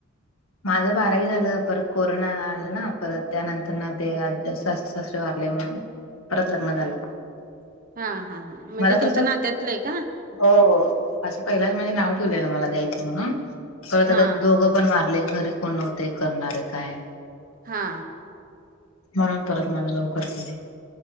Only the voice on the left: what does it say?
माझं बारावी झालं, परत कोरोना आलं ना, परत त्यानंतर ना ते सासर सासरे वरले म्हणून परत लग्न झालं.
मला
कसं
हो असं पहिलाच म्हणजे नाव ठेवलेलं, मला द्यायचं म्हणून परत,
आता दोघं पण मार आपले घरी कोण होते करणारे काय?
म्हणून परत माझं लवकर केलं.